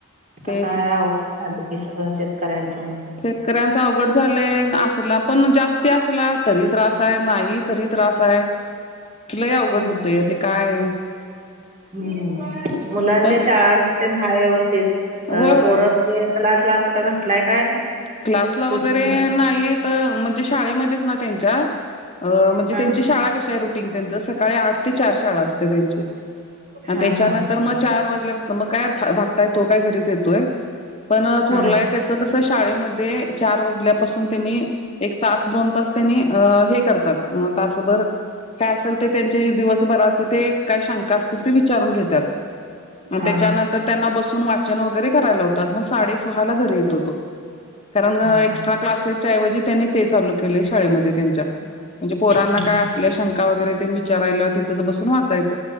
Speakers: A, on the right; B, on the left.
A: आता
B: ते
A: काय आवगढ झाले कि सगळं शेतकऱ्यांचं मग
B: शेतकऱ्यांचा अवघड झाले असला पण जास्ती असला तरी त्रास आहे नाही तरी त्रास आहे लय अवघड
A: हम्म
B: होतय ते काय
A: हम्म मुलांच्या
B: पण
A: शाळांन तेन हाय व्यवस्थित
B: होय
A: पोर
B: होय
A: ते कलास ला कुठं घाटलाय काय?
B: क्लासला
A: कृषी
B: वगैरे नाही त म्हणजे शाळेमध्येच ना त्यांच्या अ म्हणजे
A: हा
B: त्यांची शाळा कशी आहे रुटीन त्यांच सकाळी आठ ते चार शाळा असत्या त्यांची आण
A: हा
B: त्याच्यानंतर
A: हा हा
B: मग चार वाजल्यापासून मग काय धाकटा तो काय घरीच येतोय पण
A: हा
B: थोरलाय त्याच कस शाळेमध्ये चार वाजल्यापासून त्यांनी एक तास दोन तास तेनी अ अ अ हे करतात अ तासभर काय असल ते त्यानची दिवस ते काय शंका असतील ते विचारून घेत्यात आण
A: हा
B: त्याच्यानंतर ते त्यांना बसून वाचन वगैरे करायला लावतात मग साडेसहा ला घरी येतो तो कारण
A: हा
B: एक्स्ट्रा क्लासेसच्या ऐवजी त्यांनी ते चालू केले शाळेमध्ये त्यांच्या. म्हणजे पोरांना
A: हा
B: काय असल्या शंका वगैरे तेन विचारायला तिथंच बसून वाचायचं